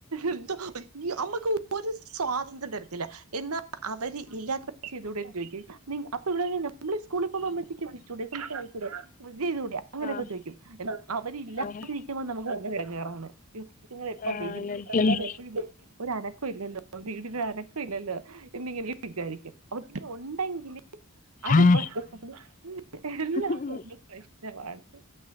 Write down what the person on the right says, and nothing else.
എന്തോ വല്യ അമ്മക്ക് ഒരു സ്വാതന്ത്ര്യം തരത്തില്ല എന്നാ അവര് ഇല്ലാത്തപ്പ ചെയ്തൂടേന്നും ചോദിക്കും നീ അപ്പം ഇവ്ടൊരു നമ്മളി സ്കൂളിൽ പോകുമ്പോ ഉമ്മച്ചിക്ക് വിളിച്ചൂടെ <unintelligible> അങ്ങനൊക്കെ
ചോദിക്കും എന്നാ അവര് <unintelligible>
ചോദിക്കുമ്പം നമുക്ക് അതെ ഭയങ്കര എടങ്ങേറാണ് ഇതിറ്റെങ്ങളെപ്പ
വെരും
പിള്ളേര് എപ്പഴും <unintelligible> ഒരനക്കവില്ലല്ലോ വീടിനൊരനക്ക ഇല്ലല്ലോ എന്നിങ്ങനെ വിചാരിക്കാം, ഒര്ത്തൻ ഉണ്ടെങ്കില് അതും
പ്രശ്നമാണ് എല്ലാം
കൊണ്ടും പ്രശ്നമാണ്